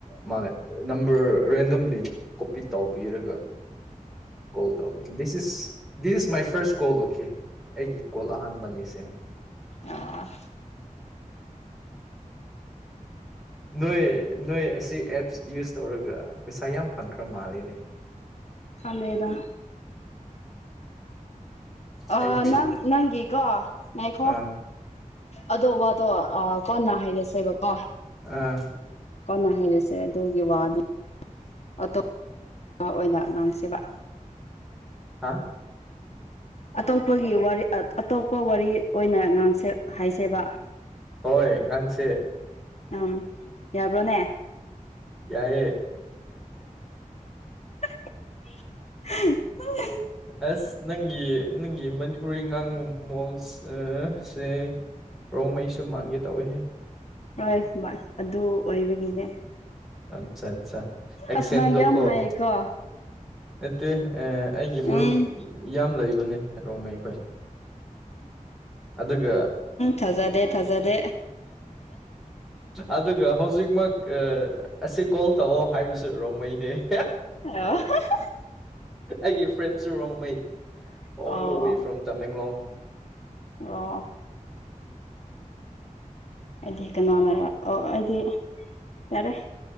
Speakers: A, in the centre; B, on the left (about 50°).
A: ꯃꯥꯅ ꯅꯝꯕꯔ ꯔꯦꯟꯗꯝꯂꯤ ꯀꯣꯄꯤ ꯇꯧꯕꯕꯤꯔꯒ ꯀꯣꯜ ꯇꯧꯕ this is this is my first call okay ꯑꯩꯒꯤ ꯀꯣꯜ ꯑꯍꯥꯟꯕꯅꯦꯦ <inaudible>
B: ꯑ
A: ꯅꯣꯏ ꯅꯣꯏ ꯑꯁꯤ ꯑꯦꯞꯁ ꯌꯨꯁ ꯇꯧꯔꯒ ꯄꯩꯁꯥ ꯌꯥꯝ ꯐꯪꯈ꯭ꯔ ꯃꯥꯜꯂꯦ ꯅꯦ
B: ꯑꯗꯦꯗ ꯑ
A: ꯑꯩꯒꯤ
B: ꯅꯪ ꯅꯪꯒꯤꯀꯣ ꯉꯥꯏꯈꯣ
A: ꯑꯥ
B: ꯑꯗꯣ ꯋꯥꯗꯣ ꯀꯣꯟꯅ ꯍꯥꯏꯔꯁꯣꯏꯕꯀꯣ
A: ꯎꯝ
B: ꯀꯅ ꯍꯥꯏꯔꯤꯁꯦ ꯑꯗꯨꯒꯤ ꯋꯥꯗꯨ ꯑꯇꯣꯞꯄ ꯑꯣꯏꯅ ꯉꯥꯡꯁꯦꯕ
A: ꯍꯥ
B: ꯑꯇꯣꯞꯄꯒꯤ ꯋꯥꯔꯤ ꯑꯇꯣꯞꯄ ꯋꯥꯔꯤ ꯑꯣꯏꯅ ꯉꯥꯡꯁꯦ ꯍꯥꯏꯁꯦꯕ
A: ꯍꯣꯏ ꯉꯥꯡꯁꯦ
B: ꯑ ꯌꯥꯕ꯭ꯔꯣꯅꯦ
A: ꯌꯥꯏꯏꯦ
B: <unintelligible>
A: ꯑꯁ ꯅꯪꯒꯤ ꯅꯪꯒꯤ ꯃꯅꯤꯄꯨꯔꯤ ꯉꯥꯡꯕꯣꯃꯣ ꯁꯦ ꯔꯣꯡ ꯃꯩꯁꯨ ꯃꯥꯟꯒꯦ ꯇꯧꯏꯦ
B: ꯍꯣꯏ ꯑꯗꯨ ꯑꯣꯏꯕꯒꯤꯅꯦ
A: ꯑꯠꯆꯥ ꯑꯠꯆꯥ ꯑꯦꯛꯁꯦꯟꯗꯨ
B: ꯑꯁ ꯅꯪ ꯌꯥꯝ
A: ꯀꯣ
B: ꯍꯥꯏꯌꯦꯀꯣ
A: ꯅꯠꯇꯦ ꯑꯩꯒꯤ ꯃꯔꯨꯞ
B: ꯎꯝ
A: ꯌꯥꯝ ꯂꯩꯕꯅꯦ ꯔꯣꯡꯃꯩ ꯑꯩꯈꯣꯏ ꯑꯗꯨꯒ
B: ꯊꯥꯗꯦ ꯊꯖꯥꯗꯦ
A: ꯑꯗꯨꯒ ꯍꯧꯖꯤꯛꯃꯛ <unintelligible> ꯑꯁꯤ ꯀꯣꯜ ꯇꯧꯑꯣ ꯍꯥꯏꯕꯁꯨ ꯔꯣꯡꯃꯩꯅꯦ
B: ꯍꯜꯂꯣ <unintelligible>
A: ꯑꯩꯒꯤ ꯐ꯭ꯔꯦꯟꯁꯨ ꯔꯣꯡꯃꯩ ꯑꯣꯜ
B: ꯑꯣ
A: ꯗ ꯋꯦ ꯐ꯭ꯔꯣꯝ ꯇꯃꯦꯡꯂꯣꯡ
B: ꯑꯣ ꯑꯩꯗꯤ ꯀꯅꯥꯅ ꯑꯣ ꯑꯩꯗꯤ ꯌꯥꯔꯦ